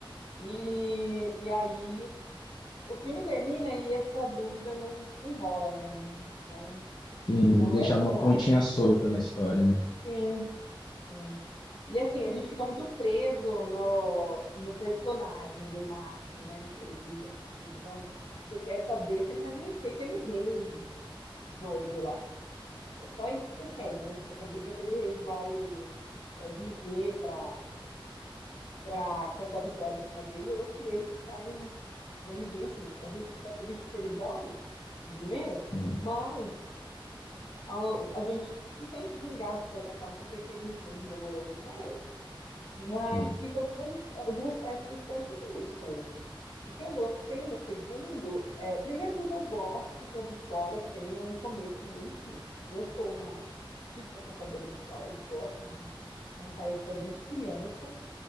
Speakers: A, on the left; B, on the left.
A: e, e aí o filme termina e essa dúvida não desenrola, né? Não, não,
B: Sim,
A: não
B: eles deixaram
A: é sanada.
B: uma pontinha solta na história, né?
A: Sim, Sim. E assim, a gente fica muito preso no, no personagem do Máximo, né? Ele do Máximo. Então, você quer saber se ele vai vencer aquele rei doido lá. É só isso que você quer, né? Você quer saber se aquele rei vai é, viver para para cantar vitória em cima dele ou se ele que vai, vai viver. Enfim, a gente fica triste porque ele morre, no primeiro,
B: Sim,
A: mas ao- a, gente se sente vingado, de certa forma, porque aquele rei horroroso morreu. Mas
B: sim.
A: fica algumas, algumas partes da história fica meio solto. O que eu gostei no segundo é, primeiro porque eu gosto que as histórias tenham um começo, um meio e fim. Eu sou uma típica contadora de histórias, gosto de contar histórias desde criança,